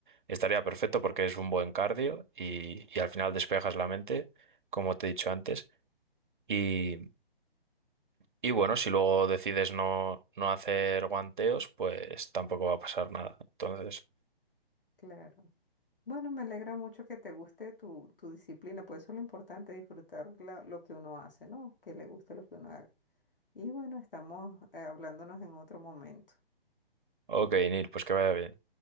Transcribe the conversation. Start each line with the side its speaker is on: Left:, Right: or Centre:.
Right: estaría perfecto porque es un buen cardio y, y al final despejas la mente, como te he dicho antes. Y, y bueno, si luego decides no, no hacer guanteos, pues tampoco va a pasar nada. Entonces,
Left: Claro. Bueno, me alegra mucho que te guste tu, tu disciplina, pues eso es lo importante, disfrutar la- lo que uno hace, ¿no? Que le guste lo que uno haga. Y bueno, estamos eh, hablándonos en otro momento.
Right: ok, Neil, pues que vaya bien.